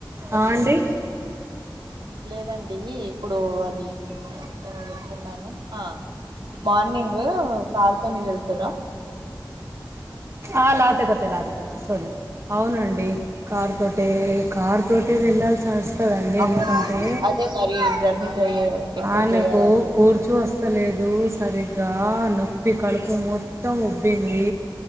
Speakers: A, on the right (about 35°); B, on the right (about 80°).
A: ఆ అండి
B: లేదండి ఇప్పుడు అది ఏమో చెప్తున్నాను ఆ మార్నింగ్ కార్ తోని వెల్తుర
A: ఆ లాతె కథె లాతె కథె సో జా అవునండి. కారు తోటే కారుతోటే వెళ్ళాల్సి వస్తదండి
B: అవునండి
A: ఎందుకంటే.
B: అదే మరి జర్నీ చెయ ఎక్కువ
A: ఆయనకు
B: చేయరాదు కదా
A: కూర్చు వస్తలేదు సరిగ్గా నొప్పి కడుపు మొత్తం మొత్తం ఉబ్బింది